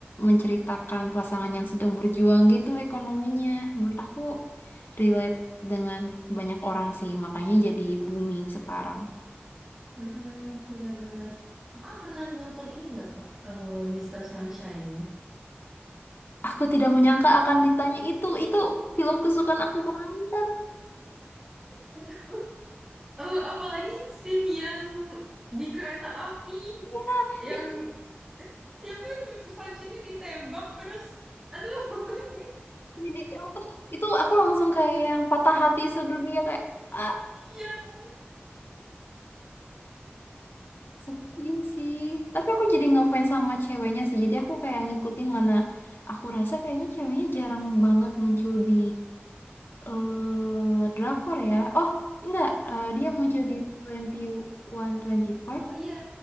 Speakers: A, on the left; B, on the right.
A: menceritakan pasangan yang sedang berjuang gitu ekonominya, menurut aku relate dengan banyak orang sih, makanya jadi booming sekarang.
B: mm-mm, benar-benar. Kakak pernah nonton ini nggak kak? Eh, Mr. Sunshine.
A: Aku tidak menyangka akan ditanya itu. Itu film kesukaan aku banget.
B: <laughs> Eh, Apalagi scene yang di kereta api
A: Iya,
B: yang
A: yang
B: si- siapa itu Mister Sunshine-nya ditembak terus aduh <laughs>
A: jadi teater terus itu aku langsung kayak yang patah hati sedunia kayak ah
B: iya Kak.
A: sepi sih tapi aku jadi ngefans sama ceweknya sih jadi aku kayak ngikutin mana aku rasa kayaknya ceweknya jarang banget muncul di eh drakor ya oh enggak eh, dia muncul di 2125
B: oh iya